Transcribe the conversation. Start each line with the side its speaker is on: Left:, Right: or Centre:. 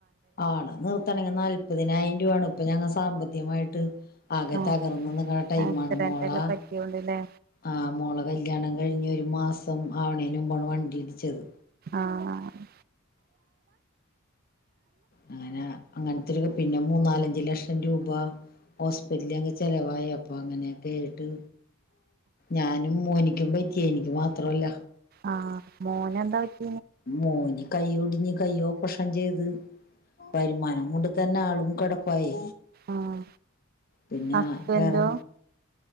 Left: ആളെ നിർത്തണങ് നാല്പ്പതിനായിര രൂ വൊണ് ഇപ്പ ഞങ്ങള് സാമ്പത്തികമായിട്ട് ആകെ
Right: ആഹ്
Left: തകർന്ന് നിന്ന്ങ്ങ <unintelligible> ടൈം
Right: ആക്സിഡന്റ്
Left: ആണ് മോള
Right: ഒക്കെ പറ്റിയോണ്ട്ല്ലേ
Left: ആഹ് മോളെ കല്യാണം കഴിഞ്ഞ് ഇമ്മാസ് ആവ്ണേണ്ട് മുൻപാണ് വണ്ടി ഇടിച്ചത്
Right: ആഹ്
Left: അങ്ങനെ അങ്ങൻത്തൊര് പിന്നെ മൂന്നാലഞ്ച് ലക്ഷം രൂപ ഹോസ്പിറ്റ് ല് ഞങ്ങൾക്ക് ചെലവായി അപ്പോ അങ്ങനെ ക്കേട്ട് ഞാനും മോന്- യ്ക്കും പറ്റി എനിക്ക് മാത്രല്ല
Right: അഹ് മോന് എന്താ പറ്റ്-
Left: മോന് കൈയ്യൊടിഞ്ഞ് ഇഞ്ഞ് കൈയ്യോപ്രഷം ചെയ്ത് വരുമാനും കൊണ്ട് തന്നെ ആളും കെടപ്പായി
Right: ആഹ്
Left: പിന്നെ
Right: ഹസ്ബന്റോ
Left: വേറെ